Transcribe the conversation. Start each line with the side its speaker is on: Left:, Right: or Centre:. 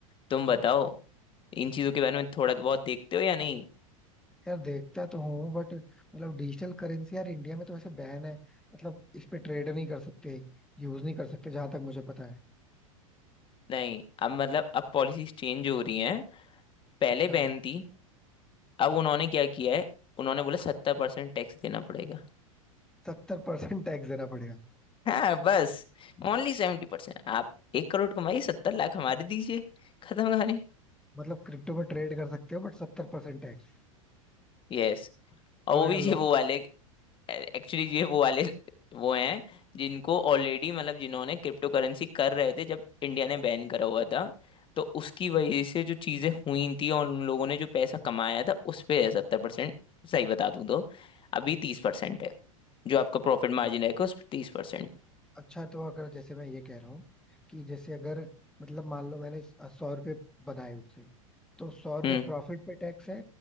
Left: तुम
Centre: अच्छा
Left: बताओ
Centre: अच्छा
Left: इन चीज़ों के बारे में थोड़ा बहुत देखते हो या नहीं
Centre: यार देखता तो हूँ बट मतलब डिजिटल करेंसी यार इंडिया में तो वैसे बैन है मतलब इस पे ट्रेड नहीं कर सकते यूज नहीं कर सकते जहां तक मुझे पता है
Left: नहीं अब मतलब अब पॉलिसीज चेंज हो रही हैं पहले
Centre: अच्छा
Left: बैन थी अब उन्होंने क्या किया है उन्होंने बोला सत्तर परसेंट टैक्स देना पड़ेगा
Centre: सत्तर परसेंट टैक्स देना पड़ेगा
Left: हाँ बस ओनली सेवेंटी परसेंट आप एक करोड़ कमाइए सत्तर लाख हमारे दीजिए खत्म कहानी
Centre: मतलब क्रिप्टो में ट्रेड कर सकते हो बट सत्तर परसेंट टैक्स
Left: यस और
Centre: और
Left: वो
Centre: अगर
Left: भी
Centre: लॉस
Left: ये वो वाले एक्चुअली ये वो वाले वो हैं जिनको ऑलरेडी मतलब जिन्होंने क्रिप्टो करेंसी कर रहे थे जब इंडिया ने बैन करा हुआ था तो उसकी वजह से जो चीजें हुई थी और उन लोगों ने जो पैसा कमाया था उस पे है सत्तर परसेंट सही बता दूं तो अभी तीस परसेंट है जो आपका प्रॉफिट मार्जिन रहेगा उस पर तीस परसेंट
Centre: अच्छा तो अगर जैसे मैं ये कह रहा हूँ कि जैसे अगर मतलब मान लो मैंने सौ रुपये बनाए उससे तो सौ रुपये
Left: हम्म
Centre: प्रॉफिट पे टैक्स है